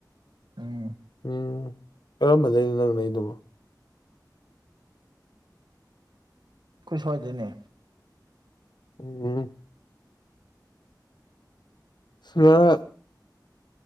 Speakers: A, on the right; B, on the left.
A: ꯎꯝ
B: ꯎꯝ ꯀꯔꯝꯕꯗꯅꯣ ꯅꯪꯅꯗꯨꯕꯣ
A: ꯀꯈꯣꯏ ꯁ꯭ꯋꯥꯏꯗꯣꯏꯅꯦ
B: ꯎꯝ ꯁꯃ